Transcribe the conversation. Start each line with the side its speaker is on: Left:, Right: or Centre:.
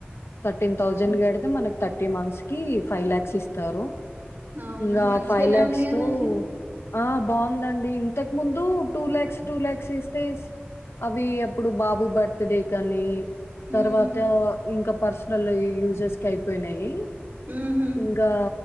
Left: థర్టీన్ థౌజండ్ కడితే మన థర్టీ మంత్స్ కి ఫైవ్ లాక్స్ ఇస్తారు
Right: అవునా
Left: ఇంగా
Right: మంచిగానే
Left: ఫైవ్ లాక్స్
Right: ఉంది కదండి
Left: తో ఆ బాగుందండి ఇంతకు ముందు టూ లాక్స్ టూ లాక్స్ ఇస్తే అవి అప్పుడు బాబు బర్త్ డే కనీ తర్వాత
Right: ఉమ్
Left: ఇంకా పర్సనల్ యూజెస్ కి అయిపోయినాయి
Right: ఉహు
Left: ఇంగా